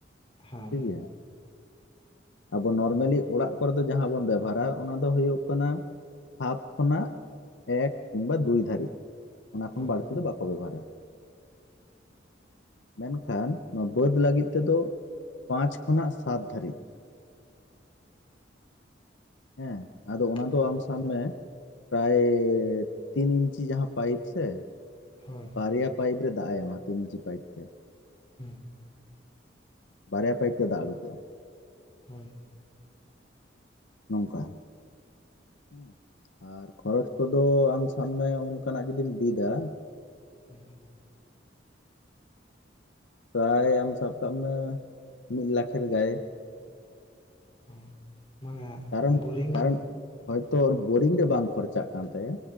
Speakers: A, on the left; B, on the left.
A: ᱦᱮᱸ,
B: <unintelligible> ᱟᱵᱚ ᱱᱚᱨᱢᱮᱞᱤ ᱚᱲᱟᱜ ᱠᱚᱨᱮ ᱫᱚ ᱡᱟᱦᱟᱸ ᱵᱚᱱ ᱵᱮᱵᱚᱦᱟᱨᱟ ᱚᱱᱟ ᱫᱚ ᱦᱳᱭᱳᱜ ᱠᱟᱱᱟ᱾ ᱦᱟᱯ ᱠᱷᱚᱱᱟᱜ ᱮᱠ ᱠᱤᱱᱵᱟ ᱫᱩᱭ ᱫᱷᱟᱹᱨᱤᱡ, ᱚᱱᱟ ᱠᱷᱚᱱ
A: ᱦᱳᱭ
B: ᱵᱟᱹᱲᱛᱤ ᱫᱚ ᱵᱟᱠᱚ ᱵᱮᱵᱚᱦᱟᱨᱟ ᱾ ᱢᱮᱱᱠᱷᱟᱱ ᱱᱚᱣᱟ ᱵᱟᱹᱫᱽ ᱞᱟᱹᱜᱤᱫ ᱛᱮ ᱫᱚ ᱯᱟᱸᱪ ᱠᱷᱚᱱᱟᱜ ᱥᱟᱛ ᱫᱷᱟᱹᱨᱤᱡ ᱾ ᱦᱮᱸ, ᱟᱫᱚ ᱚᱱᱟ
A: ᱦᱳᱭ
B: ᱫᱚ ᱟᱢ ᱥᱟᱵ ᱢᱮ ᱯᱨᱟᱭ ᱛᱤᱱ ᱤᱧᱪᱤ ᱡᱟᱦᱟᱸ ᱯᱟᱭᱤᱯ ᱥᱮ
A: ᱦᱳᱭ
B: ᱵᱟᱨᱭᱟ ᱯᱟᱭᱤᱯ ᱨᱮ ᱫᱟᱜ ᱮ ᱮᱢᱟ ᱛᱤᱱ ᱤᱧᱪᱤ ᱯᱟᱭᱤᱯ ᱛᱮ
A: <unintelligible>
B: ᱵᱟᱨᱭᱟ ᱯᱟᱭᱤᱯ ᱛᱮ ᱫᱟᱜ ᱩᱲᱩᱠᱚᱜ-ᱟ ᱾
A: <unintelligible>
B: ᱱᱚᱝᱠᱟ, ᱦᱮᱸ ᱟᱨ ᱠᱷᱚᱨᱚᱪ ᱠᱚᱫᱚ ᱟᱢ ᱥᱟᱵ ᱢᱮ ᱚᱝᱠᱟᱱᱟᱜ ᱡᱩᱫᱤᱢ ᱵᱤᱫᱟ
A: ᱦᱮᱸ,
B: ᱯᱨᱟᱭ ᱟᱢ ᱥᱟᱵ ᱠᱟᱜ ᱢᱮ ᱢᱤᱫ ᱞᱟᱠᱷᱮᱨ ᱜᱟᱭᱮ ᱾
A: ᱦᱚᱸ ᱢᱟᱱᱮ
B: ᱠᱟᱨᱚᱱ
A: ᱵᱳᱨᱤᱝ
B: ᱠᱟᱨᱚᱱ ᱦᱚᱭᱛᱚ ᱵᱳᱨᱤᱝ ᱨᱮ ᱵᱟᱝ ᱠᱷᱚᱨᱪᱟᱜ ᱠᱟᱱ ᱛᱟᱭᱟ